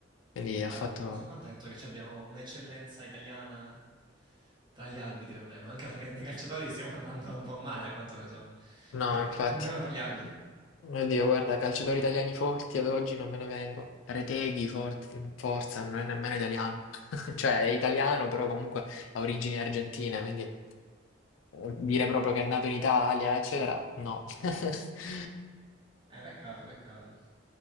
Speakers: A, on the left (about 80°); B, on the right (about 25°).
A: quindi
B: Bravo,
A: ha fatto...
B: bravo, sono contento che ci abbiamo un'eccellenza italiana tra gli arbitri almeno, anche perché nei calciatori stiamo andando un po' male, a quanto ne so.
A: No,
B: Quindi,
A: infatti,
B: almeno tra gli arbitri.
A: oddio, guarda, calciatori italiani forti ad oggi non me ne vengono. Reteghi, forti- Forza, non è nemmeno italiano. <laughs> Cioè, è italiano, però comunque ha origini argentine, quindi eh, dire proprio che è nato in Italia, eccetera, no. <laughs>
B: Eh, peccato, peccato.